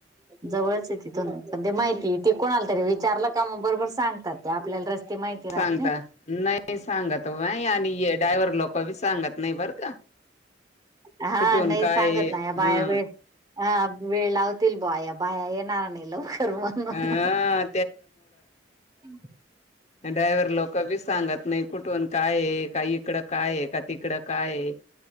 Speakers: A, on the right; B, on the left.
A: जवळच आहे तिथून. पण ते माहितीय ते कोणाला तरी विचारलं का मग बरोबर सांग तर ते आपल्याला रस्ते माहिती राहतं.
B: अंगठा नाही सांगत व्हय आणि हे ड्रायव्हर लोकं बी सांगत नाही बर का.
A: हा
B: कुठून
A: नाही
B: काय
A: सांगत नाही, या
B: हं
A: बाया वेळ हा वेळ लावतील बाया बाया येणार नाही लवकर मग.
B: अ
A: <inaudible>
B: हे ड्रायव्हर लोकंबी सांगत नाही, कुठून काय हे का इकडं काय हे का तिकडं काय हे.